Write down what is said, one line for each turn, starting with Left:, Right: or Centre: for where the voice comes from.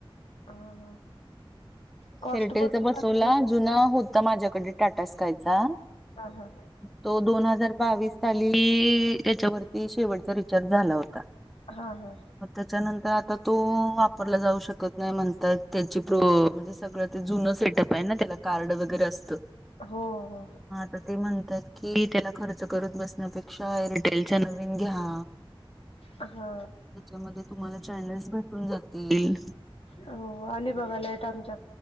Left: ह हा कॉस्ट
Centre: एअरटेलचा
Left: भरपूर
Centre: बसवला
Left: लागते ना?
Centre: जुना होता माझ्याकडे टाटा स्कायचा
Left: हा
Centre: तो दोन हजार बावीस साली त्याच्यावरती शेवट रिचार्ज झाला होता.
Left: हा हा हा
Centre: मग त्याच्यानंतर आता तो वापरला जाऊ शकत नाही. म्हणत त्याची म्हणे सग जुन सेटअप आहे त्या कार्ड वगरे असत.
Left: हो हो
Centre: तर ते म्हणतात की त्याला खर्च करून बसण्यापेक्षा का एअरिटेलच्या नवीन घ्या.
Left: हा
Centre: त्याच्यामध्ये तुम्हाला चॅनल्स भेटून जातील.
Left: हो आली बघायलाय आमच्या